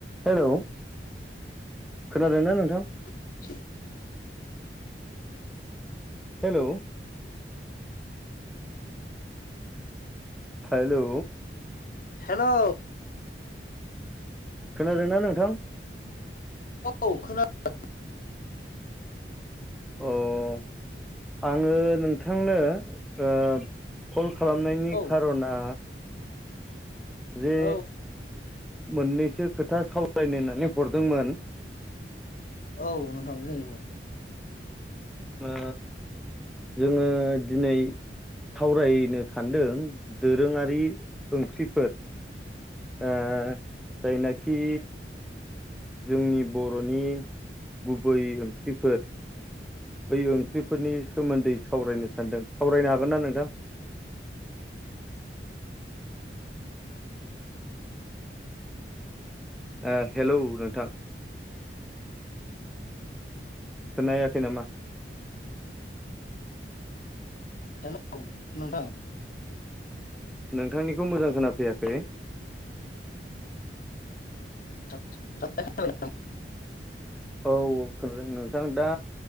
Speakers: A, in the centre; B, on the left (about 50°).
A: Hello खोनादोंना नोंथां?
B: <inaudible>
A: Hello hello
B: hello
A: खोनादोंना नोंथां?
B: औ खोनादों।
A: अह आङो नोंथांनो ओ खालामनायनि
B: औ
A: खार'ना। जे
B: औ
A: मोननैसो खोथा सावरायनो ना नो हरदोंमोन।
B: औ नोंथां बुं बुं।
A: ओ जोङो दिनै सावरायनो सानदों दोरोङारि ओंख्रिफोर। ओ जायनाखि जोंनि बर'नि गुबै ओंख्रिफोर। बै ओंख्रिफोरनि सोमोन्दै सावरायनो। सानदों सावरायनो हागोन ना नोंथां। ओ हेलौ नोंथां। खोनायाखै नामा?
B: हेलौ नोंथां।
A: नोंथांनिखौ मोजां खोनाफैयाखै।
B: <inaudible>
A: औ औ खोनादों नोंथां दा